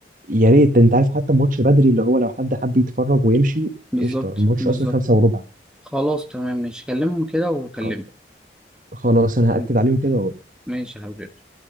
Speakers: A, on the right; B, in the centre.
A: يا ريت أنت عارف حتى الماتش بدري اللي هو لو حد حب يتفرج ويمشي
B: بالظبط
A: قشطة الماتش
B: بالظبط
A: أصلا خمسة وربع
B: خلاص تمام ماشي كلمهم كده وكلمني
A: خ- خلاص أنا
B: مم.
A: هأكد عليهم كده وأقول
B: ماشي يا حبيبي